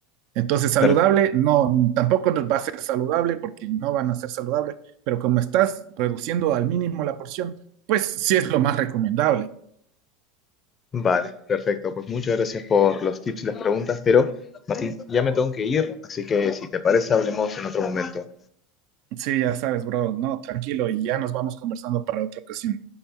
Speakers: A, on the right (about 60°); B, on the left (about 25°).
A: Entonces, saludable,
B: Per-
A: no, tampoco nos va a ser saludable porque no van a ser saludables, pero como estás reduciendo al mínimo la porción, pues sí es lo más recomendable.
B: Vale, perfecto. Pues muchas gracias por los tips y las preguntas, pero Martín, ya me tengo que ir, así que si te parece, hablemos en otro momento.
A: Sí, ya sabes, bro, no, tranquilo y ya nos vamos conversando para otra ocasión.